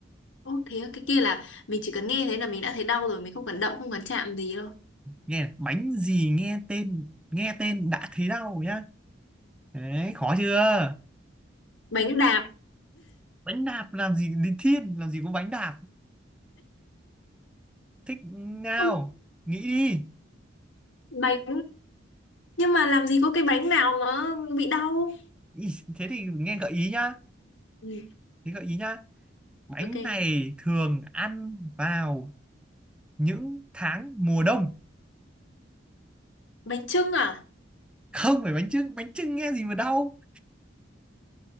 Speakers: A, on the left; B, in the centre.
A: Ô, thế á, cái kia là mình chỉ cần nghe thấy là mình đã thấy đau rồi. Mình không cần động, không cần chạm gì đâu.
B: nghe bánh gì nghe tên nghe tên đã thấy đau nhá đấy khó chưa
A: Bánh đạp.
B: bánh đạp làm gì đến thiên làm gì có bánh đạp thích nào
A: <laughs>
B: nghĩ đi
A: Bánh Nhưng mà làm gì có cái bánh nào mà bị đau.
B: Ý, thế thì nghe gợi ý nhá
A: Ừ,
B: thế gợi ý nhá bánh
A: ok.
B: này thường ăn vào những tháng mùa đông
A: Bánh chưng à?
B: không phải bánh chưng bánh chưng nghe gì mà đau